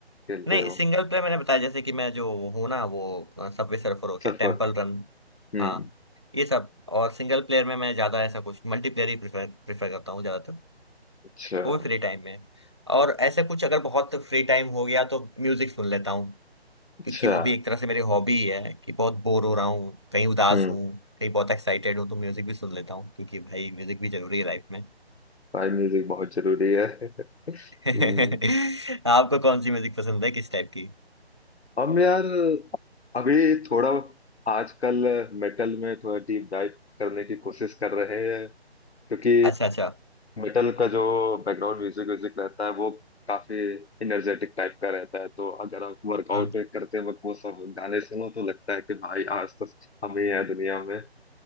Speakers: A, on the left; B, on the right.
A: खेलते
B: नहीं
A: हो
B: सिंगल प्लेयर मैंने बताया जैसे कि मैं जो हूँ ना वो सबवे सर्फर हो गया
A: सर्फर
B: टेम्पल रन
A: हम्म
B: हाँ ये सब और सिंगल प्लेयर में मैं ज्यादा ऐसा कुछ मल्टीप्लेयर ही प्रेफर प्रेफर करता हूँ ज्यादातर
A: अच्छा
B: वो भी फ्री टाइम में और ऐसे कुछ अगर बहुत फ्री टाइम हो गया तो म्यूजिक सुन लेता हूँ
A: अच्छा
B: क्योंकि वो भी एक तरह से मेरी हॉबी ही है कि बहुत बोर हो रहा हूँ कहीं उदास
A: हम्म
B: हूँ कहीं बहुत एक्साइटेड हूँ तो म्यूजिक भी सुन लेता हूँ क्योंकि भाई म्यूजिक भी जरूरी है लाइफ में
A: भाई म्यूजिक बहुत जरूरी है
B: <laughs> आपको
A: हम्म,
B: कौन सी म्यूजिक पसंद है किस टाइप की
A: हम यार अभी थोड़ा आजकल मेटल में थोड़ा डीप डाइव करने की कोशिश कर रहे हैं क्योंकि
B: अच्छा अच्छा
A: मेटल का जो बैकग्राउंड म्यूजिक व्यूजिक रहता है वो काफी एनर्जेटिक टाइप का रहता है तो अगर आप वर्कआउट
B: हाँ
A: करते वक्त वो सब गाने सुनो तो लगता है कि भाई आज तो हम ही हैं दुनिया में